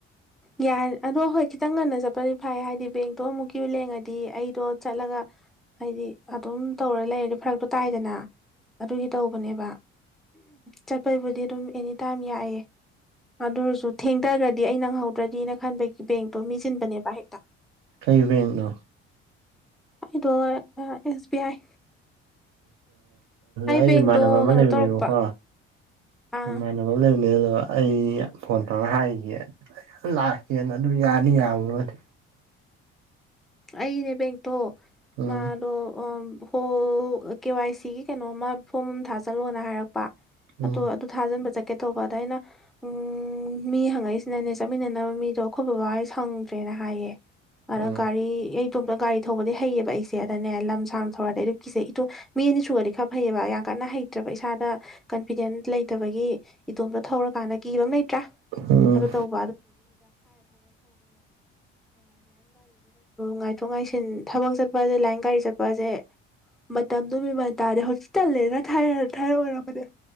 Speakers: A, in the centre; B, on the right.
A: ꯌꯥꯔ ꯑꯗꯣ ꯍꯣꯏ ꯈꯤꯇꯪ ꯉꯟꯅ ꯆꯠꯄꯗꯤ ꯐꯩ ꯍꯥꯏꯗꯤ ꯕꯦꯡꯇꯣ ꯑꯃꯨꯛꯀꯤꯌꯨ ꯂꯦꯡꯉꯗꯤ ꯑꯩꯗꯣ ꯆꯠꯂꯒ ꯍꯥꯏꯗꯤ ꯑꯗꯨꯝ ꯇꯧꯔ ꯂꯩꯔꯗꯤ ꯐꯔꯛꯇꯣ ꯇꯥꯏꯗꯅ ꯑꯗꯨꯒꯤ ꯇꯧꯕꯅꯦꯕ ꯆꯠꯄꯩꯕꯨꯗꯤ ꯑꯗꯨꯝ ꯑꯦꯅꯤ ꯇꯥꯏꯝ ꯌꯥꯏꯌꯦꯦ ꯑꯗꯨꯔꯁꯨ ꯊꯦꯡꯊꯈ꯭ꯔꯗꯤ ꯑꯩ ꯅꯪꯍꯧꯗ꯭ꯔꯗꯤꯅ ꯈꯟꯕꯒꯤ ꯕꯦꯡꯛꯇꯣ ꯃꯤꯁꯤꯟꯕꯅꯦꯕ ꯍꯦꯛꯇ
B: ꯀꯩꯕꯦꯡꯅꯣ
A: ꯑꯩꯗꯣ ꯑꯦꯁ ꯕꯤ ꯑꯥꯏ
B: ꯑꯩ
A: ꯕꯦꯡꯗꯣ
B: ꯏꯃꯥꯟꯅꯕ ꯑꯃ
A: ꯀꯩꯅꯣ
B: ꯂꯩꯕꯅꯦꯕꯀꯣ
A: ꯇꯧꯔꯛꯄ ꯑꯥ
B: ꯩꯅ ꯂꯩꯕꯅꯦ ꯑꯗꯣ ꯑꯩ ꯐꯣꯟ ꯇꯧꯔ ꯍꯥꯏꯒꯦ ꯌꯥꯝ ꯂꯥꯛꯀꯦꯅ ꯑꯗꯨꯝ ꯌꯥꯅꯤ ꯌꯥꯃꯨꯔꯗꯤ
A: ꯑꯩꯅꯦ ꯕꯦꯡꯛꯇꯣ
B: ꯎꯝ
A: ꯃꯥꯗꯣ ꯍꯣꯜ ꯀꯦ ꯋꯥꯏ ꯁꯤꯒꯤ ꯀꯩꯅꯣ ꯑꯃ ꯐꯣꯝ ꯑꯃ ꯊꯥꯖꯜꯂꯣꯅ ꯍꯥꯏꯔꯛꯄ
B: ꯎꯝ
A: ꯑꯗꯣ ꯊꯥꯖꯤꯟꯕ ꯆꯠꯀꯦ ꯇꯧꯕ ꯑꯗꯨꯗꯃꯥꯏꯩꯅ ꯎꯝ ꯃꯤ ꯍꯪꯉꯛꯏꯁꯤꯅꯅꯦ ꯆꯠꯃꯤꯟꯅꯅꯕ ꯃꯤꯗꯣ ꯑꯩꯈꯣꯏꯕ ꯋꯥ ꯁꯪꯗ꯭ꯔꯦꯅ ꯍꯥꯏꯌꯦ ꯑꯗ
B: ꯎꯝ
A: ꯒꯥꯔꯤ ꯑꯩ ꯏꯇꯣꯝꯇ ꯒꯥꯔꯤ ꯊꯧꯕꯗꯤ ꯍꯩꯌꯦꯕ ꯑꯩꯁꯦ ꯑꯗꯅꯦ ꯂꯝ ꯁꯥꯡ ꯊꯧꯔꯗꯤ ꯑꯩ ꯑꯗꯨ ꯀꯤꯁꯦ ꯏꯇ ꯃꯤ ꯑꯅꯤ ꯁꯨꯔꯗꯤ ꯈꯔ ꯐꯩꯑꯕ ꯌꯥꯝ ꯀꯟꯅ ꯍꯩꯇ꯭ꯔꯕ ꯏꯁꯥꯗ ꯀꯟꯐꯤꯗꯦꯟ ꯂꯩꯇꯕꯒꯤ ꯏꯇꯣꯝꯇꯣ ꯊꯧꯔꯀꯥꯟꯗ ꯀꯤꯕ ꯂꯩꯇ꯭ꯔꯥ
B: ꯎꯝ
A: ꯑꯗꯨ ꯇꯧ <unintelligible> ꯑꯣ ꯉꯥꯏꯊꯣꯛ ꯉꯥꯏꯁꯤꯟ ꯊꯕꯛ ꯆꯠꯄꯁꯦ ꯂꯥꯏꯟ ꯒꯥꯔꯤ ꯆꯠꯄꯁꯦ ꯃꯇꯝꯗꯨ ꯃꯃꯟ ꯇꯥꯔꯦ ꯍꯣꯁꯄꯤꯇꯥꯜꯂꯦꯅ ꯊꯥꯏꯔꯛꯑꯣ ꯑꯣꯏꯔꯕꯅꯦ